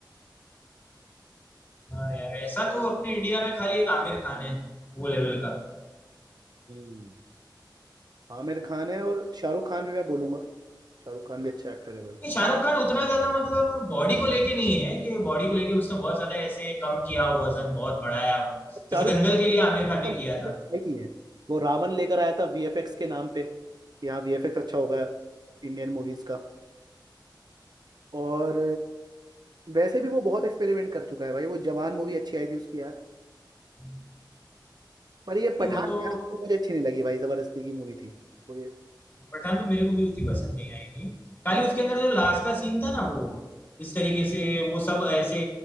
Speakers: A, on the left; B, on the right.
A: हाँ यार ऐसा तो अपने इंडिया में खाली एक आमिर खान है वो लेवल का
B: हम्म आमिर खान है और शाहरुख खान भी मैं बोलूंगा शाहरुख खान भी अच्छा एक्टर है भाई
A: नहीं शाहरुख खान उतना ज्यादा मतलब बॉडी को लेके नहीं है कि बॉडी को लेके उसने बहुत ज्यादा ऐसे कम किया हो वजन बहुत बढ़ाया हो
B: शाहरुख
A: जैसे दंगल के लिए आमिर खान ने
B: खान
A: किया था
B: ने try की है वो रावण लेकर आया था वीएफएक्स के नाम पे कि हाँ वीएफएक्स अच्छा होगा इंडियन मूवीज का और वैसे भी वो बहुत एक्सपेरिमेंट कर चुका है भाई वो जवान मूवी अच्छी आई थी उसकी यार
A: नहीं
B: पर ये पठान
A: वो तो
B: यार मुझे अच्छी नहीं लगी भाई जबरदस्ती की मूवी थी कोई
A: पठान तो मेरे को भी उसकी पसंद नहीं आई थी खाली
B: अमर-
A: उसके अंदर जो लास्ट का सीन था ना वो इस तरीके से वो सब ऐसे